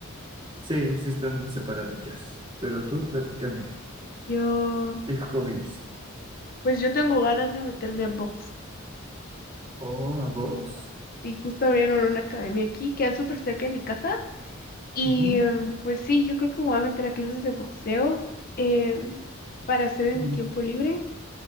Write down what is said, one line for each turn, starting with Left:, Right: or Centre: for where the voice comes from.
Right: Sí, sí están separadillas, pero tú platícame,
Left: Yo,
Right: ¿qué hobbies?
Left: pues yo tengo ganas de meterme a box.
Right: Oh, la box.
Left: Y justo abrieron una academia aquí, queda súper cerca de mi casa. Y
Right: Ujú,
Left: em, pues sí, yo creo que me voy a meter a clases de boxeo em, para hacer en
Right: Mm,
Left: mi tiempo libre.